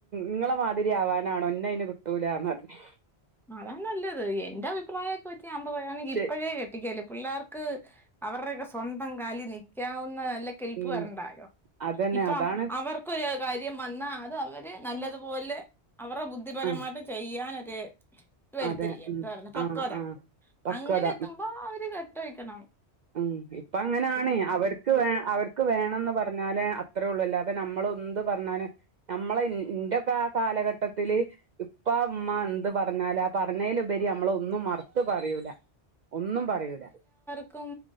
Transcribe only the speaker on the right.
ഇങ്ങളെ മാതിരി ആവാനാണോ ഇന്നേഅന് കിട്ടൂലന്ന പറയും
ശെ
ഉം
അതന്നെ
അതാണ്
ആഹ്
അതെ ഉം
ആഹ് ആഹ് പക്വത
മം ഇപ്പ അങ്ങനെയാണ അവർക്ക് വേ അവർക്ക് ക്ക്‌ വേണന്ന് പറഞ്ഞാേലെ അത്രേള്ളൂ എല്ലാതെ നമ്മള ഒന്ന് പറഞ്ഞാല് നമ്മളെ ന്ന് ഇന്റെയൊക്കെ ആ കാലഘട്ടത്തില് ഇപ്പാ ഉമ്മ എന്ത് പറഞ്ഞാല പറഞ്ഞലുപരി നമ്മള ഒന്നും മറത് പറയൂല ഒന്നും പറയുല